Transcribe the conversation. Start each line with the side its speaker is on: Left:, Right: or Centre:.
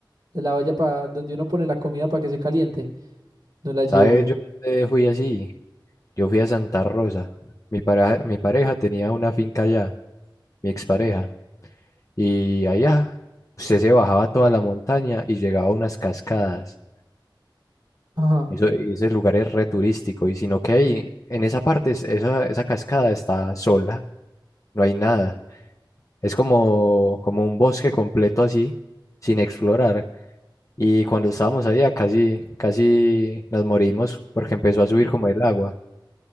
Right: la olla para donde uno pone la comida para que se caliente, no la llevó.
Left: ¿Sabes? Yo eh, fui así. Yo fui a Santa Rosa. Mi pareja, mi pareja tenía una finca allá, mi expareja. Y allá usted se bajaba toda la montaña y llegaba a unas cascadas.
Right: Ajá,
Left: Eso, y ese lugar es re turístico. Y sino que ahí, en esa parte, es- esa, esa cascada está sola, no hay nada. Es como, como un bosque completo así, sin explorar. Y cuando estábamos allá casi, casi nos morimos porque empezó a subir como el agua.